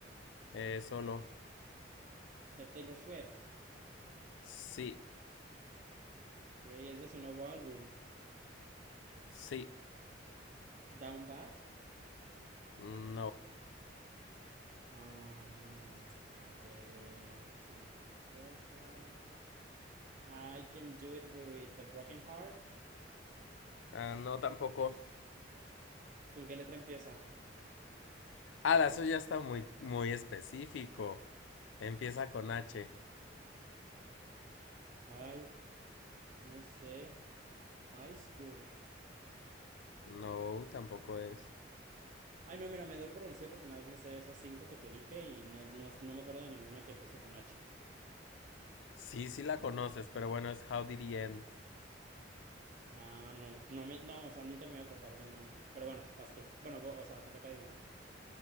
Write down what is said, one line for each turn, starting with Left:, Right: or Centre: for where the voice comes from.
Left: Eh, solo.
Right: Es Taylor Swift.
Left: Sí.
Right: Ok, es de su nuevo álbum,
Left: Sí.
Right: Down Bad.
Left: No.
Right: Am, a ver si no es esa. I can do it with a broken heart.
Left: Ah, no, tampoco.
Right: ¿Con qué letra empieza?
Left: Ah, eso ya está muy, muy específico. Empieza con H.
Right: Ay, no sé. High school.
Left: No, tampoco es.
Right: Ay, no, mira, me doy por vencido porque nada más me sé esas cinco que te dije y no, no, no me acuerdo de ninguna que empiece con H.
Left: Sí, sí la conoces, pero bueno, es How Did He End.
Right: Ah, no, no me, no, o sea, nunca me iba a acordar del nombre. Pero bueno, vas tú. Bueno, o sea, te toca adivinar.